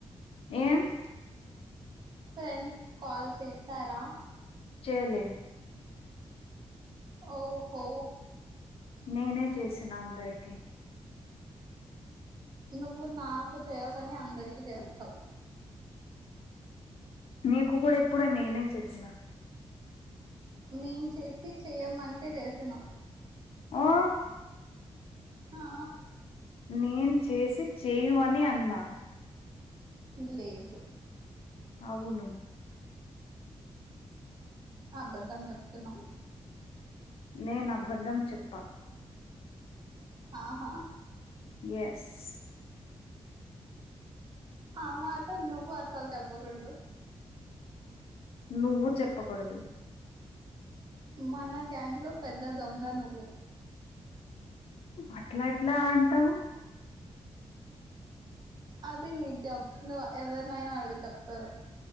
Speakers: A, on the left; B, on the right.
A: ఏమ్
B: ఫ్రెండ్స్ కాల్ చేసారా
A: చెలేద్
B: ఓహో
A: నేనే చేసిన అందరికి.
B: నువ్వు నాకు చేయవ్ కని అందరికి చేస్తావ్
A: నీకు కూడా ఇప్పుడు నేనే చేసిన
B: నేన్ చేసి చెయ్యమంటే చేసినవ్
A: ఆ
B: ఆ
A: నేను చేసి చేయు అని అన్నా
B: లేదు
A: అవును
B: అబద్ధం చెప్తున్నవ్
A: నేన్ అబంద్ధం చెప్ప
B: ఆహా
A: ఎస్
B: అ మాట నువు అసలు చెప్పకూడుదు
A: నువ్వు చెప్పకూడదు
B: మన గ్యాంగ్ లో పెద్ద దొంగ నువ్వు
A: అట్ల ఎట్ల అంటవు
B: అది నిజం ను ఎవరినైనా అడుగు చెప్తరు